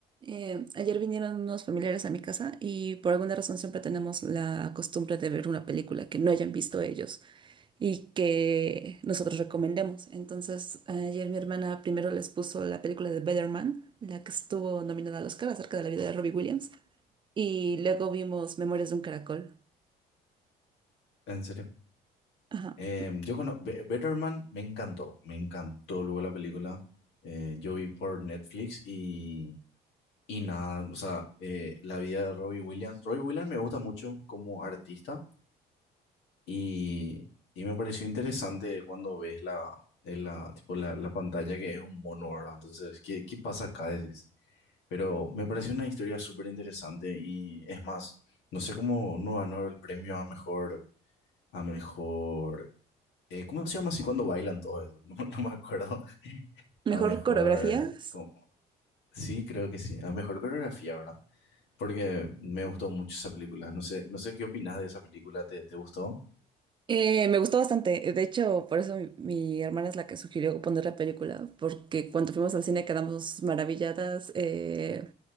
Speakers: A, on the right; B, on the left.
A: Eh, ayer vinieron unos familiares a mi casa y por alguna razón siempre tenemos la costumbre de ver una película que no hayan visto ellos y que nosotros recomendemos. Entonces, ayer mi hermana primero les puso la película de Better Man, la que estuvo nominada al Oscar acerca de la vida de Robbie Williams, y luego vimos Memorias de un Caracol.
B: En serio.
A: Ajá.
B: Eh, yo conozco Better Man, me encantó, me encantó luego la película. Eh, yo vi por Netflix y, y nada, o sea, eh, la vida de Robbie Williams. Robbie Williams me gusta mucho como artista y, y me pareció interesante cuando ves la, en la, tipo la, la pantalla que es un mono, ¿verdad? Entonces, ¿qué, qué pasa acá? Decís. Pero me pareció una historia súper interesante y es más, no sé cómo no ganó el premio a mejor a mejor Eh, ¿cómo se llama así cuando bailan todo eso? <laughs> No, no me acuerdo.
A: Mejor
B: A mejor.
A: coreografías.
B: como- Sí, creo que sí. A mejor coreografía, ¿verdad? Porque me gustó mucho esa película. No sé, no sé qué opinas de esa película. ¿Te, te gustó?
A: Eh, me gustó bastante. De hecho, por eso mi, mi hermana es la que sugirió poner la película, porque cuando fuimos al cine quedamos maravilladas. eh,